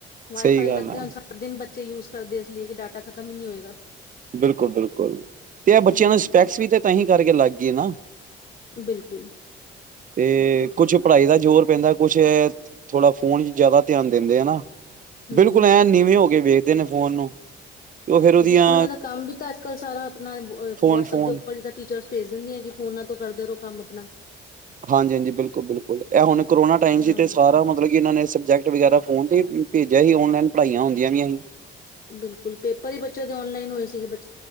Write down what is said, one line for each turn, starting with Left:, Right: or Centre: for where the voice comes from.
Left: ਵਾਈਫਾਈ
Right: ਸਹੀ ਗੱਲ
Left: ਲੱਗੇ
Right: ਆ
Left: ਹੁਣ ਸਾਰਾ ਦਿਨ ਬ ਯੂਜ ਕਰਦੇ ਲਈਏ ਕਿ ਡਾਟਾ ਖਤਮ ਹੀ ਨਹੀਂ ਹੋਏਗਾ।
Right: ਬਿਲਕੁਲ-ਬਿਲਕੁਲ। ਤੇ ਇਹ ਬੱਚਿਆਂ
Left: ਹੂੰ,
Right: ਨੂੰ ਸਪੈਕਸ ਵੀ ਤੇ ਤਾਂਹੀ ਕਰਕੇ ਲੱਗ ਗੇ ਨਾ
Left: ਬਿਲਕੁਲ।
Right: ਤੇ
Left: ਹੂੰ,
Right: ਕੁਛ ਪੜ੍ਹਾਈ ਦਾ ਜ਼ੋਰ ਪੈਂਦਾ ਕੁਛ ਥੋੜਾ ਫੋਨ ਚ ਜ਼ਿਆਦਾ ਧਿਆਨ ਦਿੰਦੇ ਹਨਾ।
Left: ਹੂੰ,
Right: ਬਿਲਕੁਲ
Left: ਹੂੰ।
Right: ਐਂ ਨੀਵੇਂ ਹੋ ਗਏ ਵੇ ਨੇ ਫੋਨ ਨੂੰ। ਤੇ ਉਹ ਫੇਰ ਉਹਦੀਆਂ
Left: ਕਿਉਂਕਿ ਸਕੂਲਾਂ ਦਾ ਕੰਮ ਵੀ ਤਾਂ ਅੱਜ ਕੱਲ ਸਾਰਾ ਆਪਣਾ
Right: ਫੋਨ
Left: ਵਟਸਐਪ
Right: ਫੋਨ
Left: ਦੇ ਉੱਪਰ ਹੀ ਟੀਚਰਸ ਭੇਜ ਦਿੰਦੀ ਆ ਕਿ ਫੋਨਾ ਤੋਂ ਕਰਦੇ ਰਹੋ ਕੰਮ। ਆਪਣਾ।
Right: ਹਾਂਜੀ-ਹਾਂਜੀ ਬਿਲਕੁਲ-ਬਿਲਕੁਲ ਇਹ ਹੁਣ ਕਰੋਨਾ ਟਾਈਮ
Left: ਹਾਂ,
Right: ਸੀ ਤੇ ਸਾਰਾ ਮਤਲਬ ਕਿ ਇਹਨਾਂ ਨੇ ਸਬਜੈਕਟ ਵਗੈਰਾ ਫੋਨ ਤੇ ਹੀ ਭੇਜਿਆ ਸੀ ਔਨਲਾਈਨ ਪੜ੍ਹਾਈਆਂ ਹੁੰਦੀਆਂ ਪਈਆਂ ਹੀ ਸੀ।
Left: ਬਿਲਕੁਲ ਪੇਪਰ ਹੀ ਬੱਚਿਆਂ ਦੇ ਔਨਲਾਈਨ ਹੋਏ ਸੀਗੇ ਬੱ